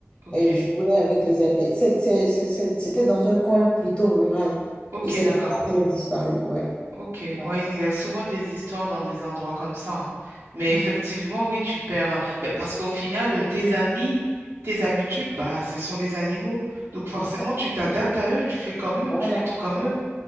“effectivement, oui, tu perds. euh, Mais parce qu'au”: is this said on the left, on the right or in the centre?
Right